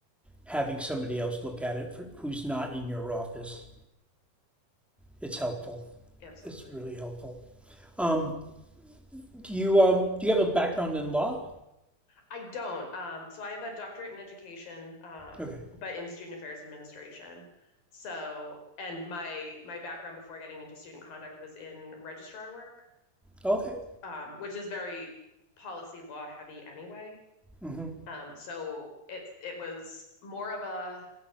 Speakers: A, in the centre; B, on the left.
A: having somebody else look at it for, who's not in your office. It's helpful.
B: Absolutely.
A: It's really helpful. Um, do you um do you have a background in law?
B: I don't. Um, so I have a doctorate in education, um,
A: Okay.
B: but in student affairs administration. So, and my my background before getting into student conduct was in registrar work,
A: Okay.
B: um, which is very policy law heavy anyway.
A: Mm-hmm.
B: Um, so it's it was more of a